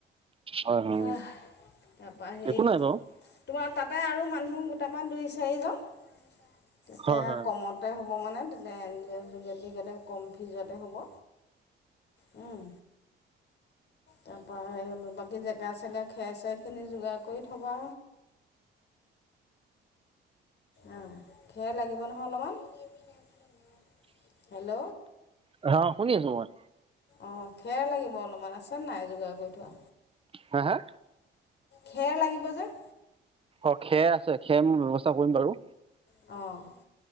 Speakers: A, on the right (about 30°); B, on the left (about 60°).
A: হয় হয়
B: তাৰপৰা সেই
A: একো নাই বাৰু
B: তোমাৰ তাতে আৰু মানুহ গোটাবা দুই চাৰিজন তেতিয়া
A: হয় হয়
B: কমত তে হ'ব মানে তেতিয়া এন জি অ'ৰ যোগেদি গ'লে কম ফিজতে হ'ব। উম। তাৰপৰা বাকী জেগা-চেগা খেৰ চেৰখিনি যোগাৰ কৰি থ'বা। আহ, খেৰ লাগিব নহয় অলপমান। <unintelligible> হেল্ল'।
A: অ শুনি আছো মই।
B: অ খেৰ লাগিব অলপমান আছেনে নাই যোগাৰ কৰি থোৱা?
A: হা হা?
B: খেৰ লাগিব যে।
A: অ খেৰ আছে। খেৰ মই ব্যৱস্থা কৰিম বাৰু।
B: অঁ।